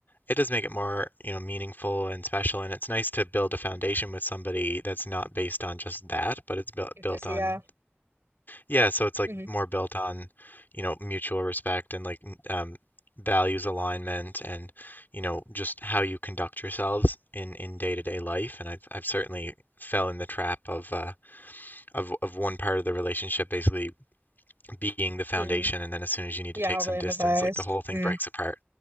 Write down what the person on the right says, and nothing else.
Intimacy,
yeah.
hmm
Being,
yeah,
overly
emphasized.
Mm,